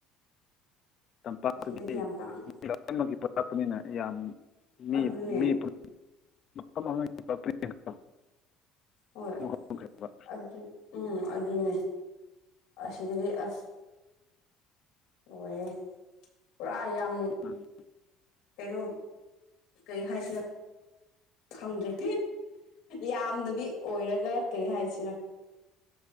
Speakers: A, on the left; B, on the left.
A: ꯇꯝꯄꯥꯛꯇꯗꯤ
B: ꯑꯁꯤꯗꯗꯤ ꯌꯥꯝ ꯇꯥꯡꯉꯦ
A: ꯃꯤ ꯂꯣꯏꯃꯒꯤ ꯄꯨꯟꯂꯛꯄꯅꯤꯅ ꯌꯥꯝ ꯃꯤ
B: ꯑꯗꯨꯅꯦ
A: ꯃꯤ ꯄꯨꯟ ꯃꯐꯝ <unintelligible>
B: ꯍꯣꯏ
A: ꯑꯃꯨꯛ ꯍꯣꯡꯈ꯭ꯔꯦꯕ
B: ꯑꯗꯨ ꯎꯝ ꯑꯗꯨꯅꯦ ꯑꯁꯤꯗꯗꯤ ꯑꯁ ꯑꯣꯏꯌꯦ ꯄꯨꯔꯥ ꯌꯥꯝ
A: ꯎꯝ
B: ꯀꯩꯅꯣ ꯀꯩ ꯍꯥꯏꯁꯤꯔ ꯈꯪꯗ꯭ꯔꯦ ꯌꯥꯝꯅꯗꯤ ꯑꯣꯏꯔꯒ ꯀꯔꯤ ꯍꯥꯏꯁꯤꯔ